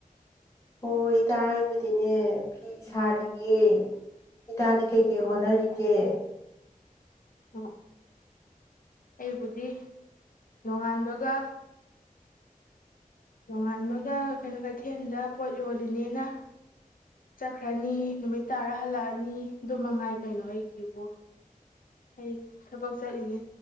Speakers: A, on the left; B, on the left.
A: ꯑꯣ ꯏꯇꯥ ꯑꯩꯕꯨꯗꯤꯅꯦ ꯐꯤ ꯁꯥꯔꯤꯌꯦ ꯏꯇꯥꯗꯤ ꯀꯩ ꯀꯩ ꯍꯣꯠꯅꯔꯤꯒꯦ
B: ꯑꯥ ꯑꯩꯕꯨꯗꯤ ꯅꯣꯡꯉꯥꯟꯕꯒ ꯅꯣꯡꯉꯥꯟꯕꯒ ꯀꯩꯅꯣ ꯀꯩꯊꯦꯜꯗ ꯄꯣꯠ ꯌꯣꯜꯂꯤꯅꯦꯅ ꯆꯛ ꯔꯥꯅꯤ ꯅꯨꯃꯤꯠ ꯇꯥꯔꯥ ꯍꯜꯂꯛꯑ ꯑꯅꯤ ꯑꯗꯨ ꯃꯉꯥꯏ ꯀꯩꯅꯣ ꯑꯩꯒꯤꯕꯨ ꯑꯩ ꯊꯕꯛ ꯆꯠꯂꯤꯅꯦ